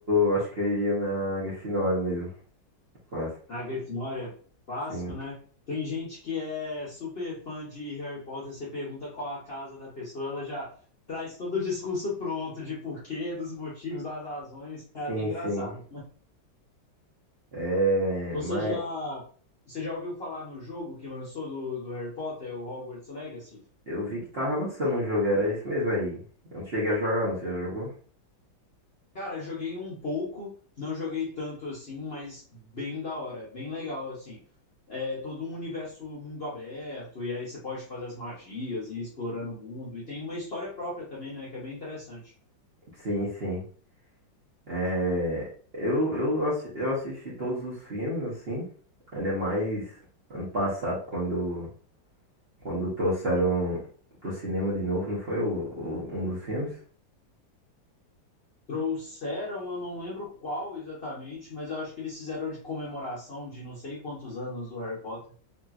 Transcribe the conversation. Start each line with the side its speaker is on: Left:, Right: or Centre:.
Right: eu acho que eu iria na Grifinória mesmo. Clássico.
Left: A Grifinória é clássico,
Right: Sim.
Left: né? Tem gente que é super fã de Harry Potter, você pergunta qual a casa da pessoa, ela já traz todo o discurso pronto de porquê, dos motivos, das razões.
Right: Sim,
Left: É até engraçado.
Right: sim. É,
Left: Você
Right: mas
Left: já, você já ouviu falar no jogo que lançou do, do Harry Potter, o Hogwarts Legacy?
Right: eu vi que tava lançando um jogo, era isso mesmo aí. Eu não cheguei a jogar, não. Você já jogou?
Left: Cara, joguei um pouco, não joguei tanto assim, mas bem da hora, bem legal assim. É todo um universo mundo aberto, e aí você pode fazer as magias e ir explorando o mundo. E tem uma história própria também, né? Que é bem interessante.
Right: Sim, sim. É, eu, eu, assi- eu assisti todos os filmes, assim. Ainda mais ano passado, quando, quando trouxeram pro cinema de novo, não foi o, o- um dos filmes?
Left: Trouxeram, eu não lembro qual exatamente, mas eu acho que eles fizeram de comemoração de não sei quantos anos do Harry Potter.